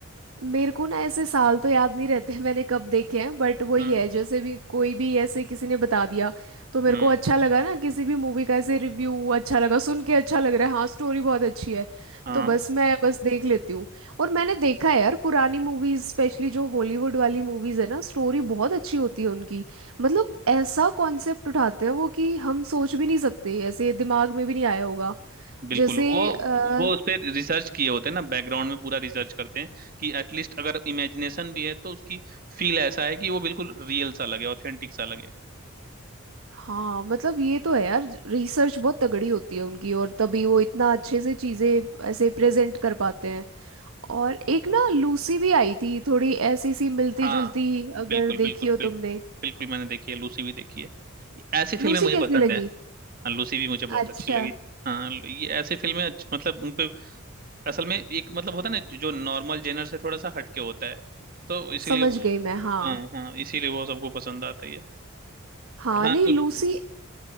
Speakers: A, on the right; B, on the right.
A: मेरे को ना ऐसे साल तो याद नहीं रहते <laughs> मैंने कब देखे हैं बट वही
B: हैं
A: है जैसे भी कोई भी ऐसे किसी ने बता दिया तो मेरे
B: हम्म
A: को अच्छा लगा ना किसी भी मूवी का ऐसे रिव्यू अच्छा लगा सुन के अच्छा लग रहा है हाँ स्टोरी बहुत अच्छी है
B: हाँ
A: तो बस मैं बस देख लेती हूँ और मैंने देखा है यार पुरानी मूवीज स्पेशली जो हॉलीवुड वाली मूवीज है ना स्टोरी बहुत अच्छी होती है उनकी मतलब ऐसा कॉन्सेप्ट उठाते हैं वो कि हम सोच भी नहीं सकते ऐसे दिमाग में भी नहीं आया होगा
B: बिल्कुल
A: जैसे
B: वो
A: अ,
B: वो उस पर रिसर्च किए होते हैं ना बैकग्राउंड में पूरा रिसर्च करते हैं कि एटलीस्ट अगर इमेजिनेशन भी है तो उसकी फील ऐसा है कि वो बिल्कुल रियल सा लगे ऑथेंटिक सा लगे
A: हाँ मतलब ये तो है यार रिसर्च बहुत तगड़ी होती है उनकी और तभी वो इतना अच्छे से चीजें ऐसे प्रेजेंट कर पाते हैं और एक ना लूसी भी आई थी थोड़ी ऐसी सी मिलती
B: हाँ
A: जुलती
B: बिल्कुल
A: अगर
B: बिल्कुल
A: देखी हो
B: बिल्कुल
A: तुमने
B: बिल्कुल मैंने देखी है लूसी भी देखी है ऐसी फिल्में
A: लूसी
B: मुझे
A: कैसी
B: पसंद
A: लगी
B: है हाँ लूसी भी मुझे बहुत
A: अच्छा
B: अच्छी लगी हाँ ये ऐसी फिल्में अच्छ- मतलब उन पे असल में एक मतलब होता है ना जो नॉर्मल जेनर से थोड़ा सा हटके होता है तो इसीलिए
A: समझ
B: वो
A: गई मैं हाँ
B: हाँ हाँ इसीलिए वो सबको पसंद आता ही है
A: हाँ
B: पर हाँ
A: नहीं
B: कुछ
A: लूसी